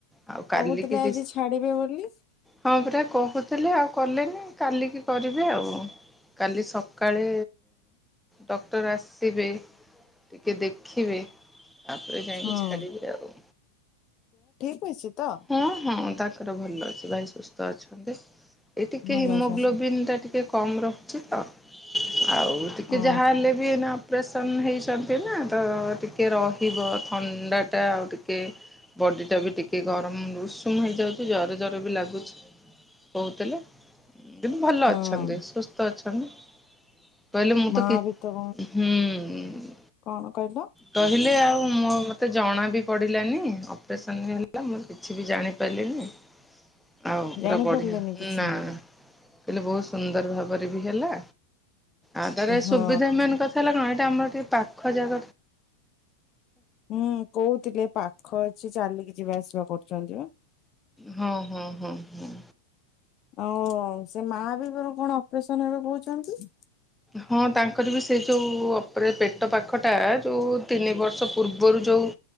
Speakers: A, in the centre; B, on the left (about 35°).
A: ଆଉ କାଲି
B: କହୁଥିଲେ
A: କି ଦିଶ,
B: ଆଜି ଛାଡିବେ ବୋଲି।
A: ହଁ ପରା କହ କହୁଥିଲେ, ଆଉ କଲେନି, କାଲିକି କରିବେ ଆଉ କାଲି ସକାଳେ ଡକ୍ଟର ଆସିବେ, ଟିକେ ଦେଖିବେ ତାପରେ ଯାଇକି
B: ହଁ।
A: ଛାଡିବି ଆଉ
B: କଛି ତ <unintelligible>
A: ହଁ ହଁ ତାଙ୍କର ଭଲ ଅଛି ଭାଇ ସୁସ୍ଥ ଅଛନ୍ତି ଏଇ ଟିକେ
B: ଭଲ
A: ହିମୋଗ୍ଲୋବନ୍
B: ଅଛନ୍ତି।
A: ଟା ଟିକେ ଟିକେ କମ୍ ରହୁଛି ତ ଆଉ ଟିକେ
B: ଅଁ
A: ଯାହା ହେଲେ ବି ଏନା ଅପ୍ରେରେସନ୍ ହେଇଛନ୍ତି ନା ତ ଟିକେ ରହିବ ଥଣ୍ଡାଟା ଆଉ ଟିକେ ବଡି ଟା ବି ଟିକେ ଗରମ ଉଷୁମ ହେଇଯାଉଛି ଜର ଜର ବି ଲାଗୁଛି କହୁଥିଲେ। ଭଲ
B: ହଁ
A: ଅଛନ୍ତି ସୁସ୍ଥ ଅଛନ୍ତି। କହିଲେ ମୁଁ
B: ମା
A: ତ କି
B: ବି ତ
A: ହୁଁ। ହୁଁ
B: କଣ କହିଲ?
A: କହିଲେ ଆଉ ମୁଁ ମତେ ଜଣା ବିି ପଡ଼ିଲାନି ଅପରେସନ୍ ହେଲା ମୁଁ କିଛି ବି ଜାଣିପାରିଲିନି। ଆଉ
B: ଜାଣିପାରିଲେନି
A: ପୁରା ବଢିଆ
B: କିଛି?
A: ନା କହିଲେ ବହୁତ ସୁନ୍ଦର ଭାବରେ ବି ହେଲା ଆଉ ତାର
B: ହଁ
A: ସୁବିଧା ମେନ୍ କଥା ହେଲା କଣ ଏ ସେ ଆମର ଟିକେ ପାଖ ଜାଗ
B: ହୁଁ କୋହୁଥିଲେ ପାଖ ଅଛି ଚାଲିକି ଯିବା ଆସିବା କରୁଛନ୍ତି ବା।
A: ହଁ ହଁ ହଁ ହଁ।
B: ଆଉ ସେ ମା ବିର କଣ ଅପରେସନ ହେବେ କହୁଛନ୍ତି।
A: ହଁ ତାଙ୍କର ବି ସେ ଯୋଉ ଅପରେ ପେଟ ପାଖଟା ଯୋଉ ତିନି ବର୍ଷ ପୂର୍ବରୁ ଯେଉଁ